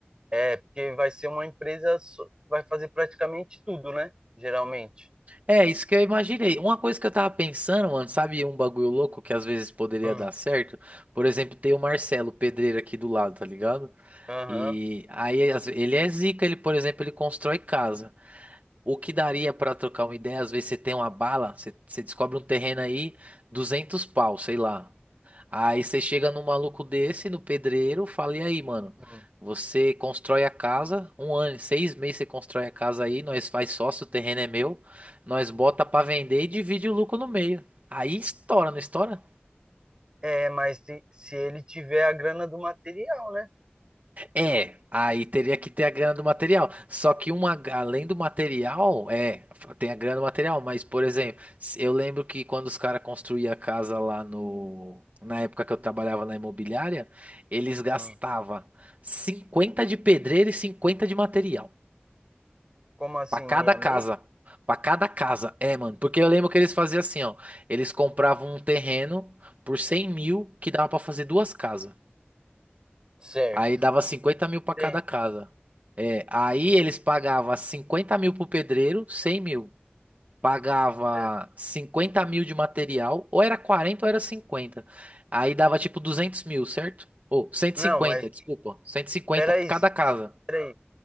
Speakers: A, on the right; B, on the right.
A: É, porque vai ser uma empresa só- que vai fazer praticamente tudo, né? Geralmente.
B: É, isso que eu imaginei. Uma coisa que eu tava pensando, mano, sabe um bagulho louco que às vezes poderia
A: Hum.
B: dar certo? Por exemplo, tem o Marcelo, o pedreiro aqui do lado, tá ligado?
A: Aham.
B: E aí às ve- ele é zica, ele, por exemplo, ele constrói casa. O que daria pra trocar uma ideia? Às vezes você tem uma bala, você, você descobre um terreno aí, 200 pau, sei lá. Aí você chega num maluco desse, no pedreiro, fala, e aí, mano?
A: Sim.
B: Você constrói a casa, um ano, seis meses você constrói a casa aí, nós faz sócio, o terreno é meu, nós bota pra vender e divide o lucro no meio. Aí estoura, não estoura?
A: É, mas se, se ele tiver a grana do material, né?
B: É, aí teria que ter a grana do material. Só que uma, além do material, é, tem a grana do material, mas, por exemplo, se- eu lembro que quando os caras construíam a casa lá no. Na época que eu trabalhava na imobiliária, eles gastavam
A: Hum.
B: 50 de pedreiro e 50 de material.
A: Como assim,
B: Pra cada
A: meia
B: casa.
A: meia?
B: Pra cada casa. É, mano. Porque eu lembro que eles faziam assim, ó. Eles compravam um terreno por 100 mil que dava pra fazer duas casas.
A: Certo.
B: Aí dava 50 mil pra cada
A: Tem.
B: casa. É, aí eles pagavam 50 mil pro pedreiro, 100 mil. Pagava
A: É.
B: 50 mil de material, ou era 40 ou era cinquenta Aí dava tipo 200 mil, certo? Ou cento
A: Não,
B: e cinquenta
A: mas
B: desculpa. 150
A: peraí,
B: pra cada casa.
A: peraí,